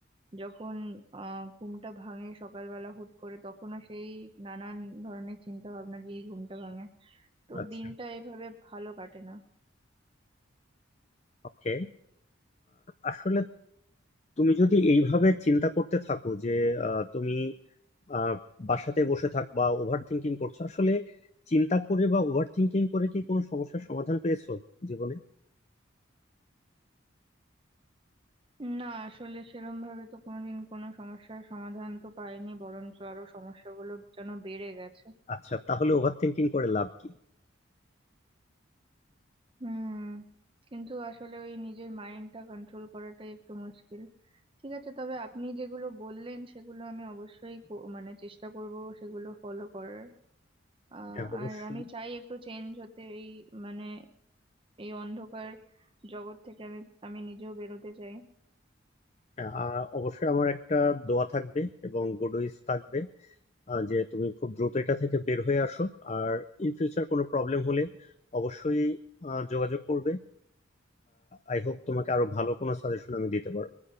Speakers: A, on the right (about 25°); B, on the left (about 35°).
A: যখন আহ ঘুমটা ভাঙে সকালবেলা হুট করে তখনও সেই নানান ধরনের চিন্তা ভাবনা দিয়ে ঘুমটা ভাঙে তো
B: আচ্ছা
A: দিনটা এইভাবে ভালো কাটে না
B: ওকে আসলে তুমি যদি এইভাবে চিন্তা করতে থাকো যে আহ, তুমি আহ, বাসাতে বসে থাকবা ওভার থিংকিং করছো আসলে চিন্তা করে বা ওভার থিংকিং করে কি কোনো সমস্যার সমাধান পেয়েছো জীবনে
A: না আসলে সেরম ভাবে তো কোনোদিন কোনো সমস্যার সমাধান তো পাইনি বরঞ্চ আরো সমস্যাগুলো যেন বেড়ে গেছে
B: আচ্ছা তাহলে ওভার থিংকিং করে লাভ কি
A: হুম কিন্তু আসলে ওই নিজের মাইন্ডটা কন্ট্রোল করাটাই একটু মুশকিল ঠিক আছে তবে আপনি যেগুলো বললেন সেগুলো আমি অবশ্যই কো- মানে চেষ্টা করব সেগুলো ফলো করার আহ,
B: হ্যাঁ অবশ্যই
A: আর আমি চাই একটু চেঞ্জ হতে এই মানে এই অন্ধকার জগৎ থেকে আমি আমি নিজেও বেরোতে চাই
B: হ্যাঁ, আহ, অবশ্যই আমার একটা দোয়া থাকবে এবং গুড উইশ থাকবে আহ, যে তুমি খুব দ্রুত এটা থেকে বের হয়ে আসো আর ইন ফিউচার কোনো প্রবলেম হলে অবশ্যই আহ, যোগাযোগ করবে আই হোপ তোমাকে আরো ভালো কোনো সাজেশন আমি দিতে পারবো